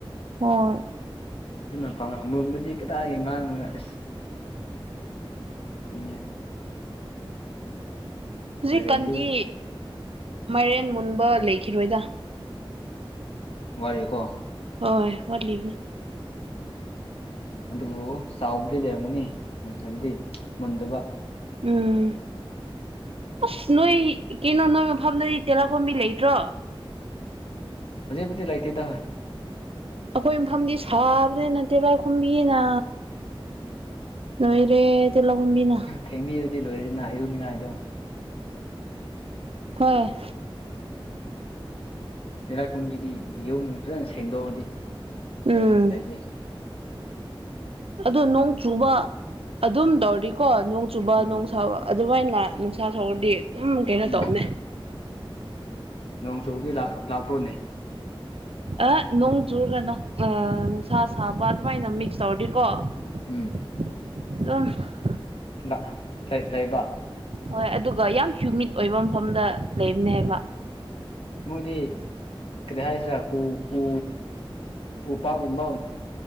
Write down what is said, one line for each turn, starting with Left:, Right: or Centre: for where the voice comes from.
Right: ꯍꯣꯏ
Left: ꯑꯗꯨꯅ ꯄꯥꯉ ꯃꯔꯃꯗꯤ ꯀꯗꯥꯏꯗꯒꯤ ꯉꯥꯡꯉꯒ ꯑꯁ ꯎꯝ
Right: ꯍꯧꯖꯤꯛꯀꯥꯟꯗꯤ
Left: ꯃꯥꯏꯔꯦꯟꯗꯤ
Right: ꯃꯥꯏꯔꯦꯟ ꯃꯨꯟꯕ ꯂꯩꯈꯤꯔꯣꯏꯗ
Left: ꯋꯥꯔꯤꯀꯣ
Right: ꯍꯣꯏ ꯋꯥꯠꯂꯤꯕ
Left: ꯑꯗꯨꯕꯨ ꯆꯥꯎꯕꯨꯗꯤ ꯂꯩꯔꯝꯒꯅꯤ ꯍꯥꯏꯕꯗꯤ ꯃꯨꯟꯗꯕ
Right: ꯎꯝ ꯑꯁ ꯅꯣꯏꯣꯏ ꯀꯩꯅꯣ ꯅꯣꯏ ꯃꯐꯝꯗꯗꯤ ꯇꯦꯔꯥꯈꯣꯝꯕꯤ ꯂꯩꯇ꯭ꯔꯣ
Left: ꯍꯧꯖꯤꯛꯄꯨꯗꯤ ꯂꯩꯇꯦꯗ ꯍꯣꯏ
Right: ꯑꯩꯈꯣꯏ ꯃꯐꯝꯗꯤ ꯁꯥꯕꯅꯦ ꯅꯠꯇꯦ ꯂꯥꯏꯈꯨꯝꯕꯤꯅ ꯅꯣꯏꯔꯦ ꯇꯤꯂ ꯀꯝꯕꯤꯅ
Left: ꯊꯦꯡꯕꯤꯗꯨꯗꯤ ꯂꯣꯏꯔꯦꯗꯅ ꯏꯔꯨꯅꯤꯡꯉꯥꯏꯗꯣ
Right: ꯍꯣꯏ
Left: ꯏꯔꯥꯏꯈꯨꯝꯕꯤꯗꯤ ꯌꯨꯝ ꯐꯖꯅ ꯁꯦꯡꯗꯣꯛꯑꯗꯤ ꯂꯩꯩꯅꯤꯡ
Right: ꯎꯝ
Left: ꯂꯩ ꯏꯗꯤ
Right: ꯑꯗꯨ ꯅꯣꯡ ꯆꯨꯕ ꯑꯗꯨꯝ ꯇꯧꯔꯤꯀꯣ ꯅꯣꯡ ꯆꯨꯕ
Left: ꯎꯝ
Right: ꯅꯣꯡ ꯁꯥꯕ ꯑꯗꯨꯕꯨ ꯑꯩꯅ ꯅꯨꯡꯁꯥ ꯁꯣꯛꯔꯗꯤ ꯑꯗꯨꯝ ꯀꯩꯅꯣ
Left: ꯎꯝ
Right: ꯇꯧꯅꯦ
Left: ꯅꯣꯡ ꯆꯨꯕꯗꯤ ꯂꯥꯛꯄ꯭ꯔꯣꯅꯦ
Right: ꯑ ꯅꯣꯡ ꯆꯨꯔꯒ ꯅꯨꯡꯁꯥ ꯁꯥꯕ ꯑꯗꯨꯃꯥꯏꯅ ꯃꯤꯛꯁ ꯇꯧꯔꯗꯤꯀꯣ
Left: ꯎꯝ
Right: ꯑ
Left: ꯂꯩ ꯂꯩꯕ
Right: ꯍꯣꯏ ꯑꯗꯨꯒ ꯌꯥꯝ ꯍ꯭ꯌꯨꯃꯤꯠ ꯑꯣꯏꯕ ꯃꯐꯝꯗ ꯂꯩꯕꯅꯦ ꯍꯥꯏꯕ
Left: ꯃꯣꯏꯗꯤ ꯀꯔꯤ ꯍꯥꯏꯁꯤꯔꯥ ꯎ ꯎ ꯎ ꯄꯥꯛꯒꯨꯝꯕ